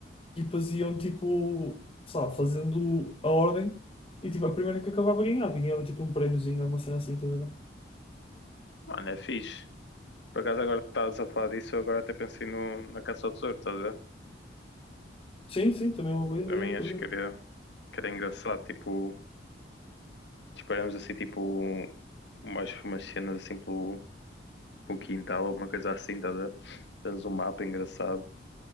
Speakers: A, on the left (about 30°); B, on the left (about 75°).
A: equipas iam tipo, sei lá, fazendo a ordem e tipo, a primeira que acabava ganhava, e ganhava tipo um prémiozinho, alguma cena assim, estás a ver?
B: mano, é fixe. Por acaso agora que estás a falar disso, eu agora até pensei no, na caça ao tesouro, estás a ver?
A: Sim, sim, também é uma boa ideia.
B: Também acho
A: por acaso.
B: que era, que era engraçado, tipo, disparamos assim, tipo, mais umas cenas assim pelo, pelo quintal, alguma coisa assim, estás a ver? Temos um mapa engraçado.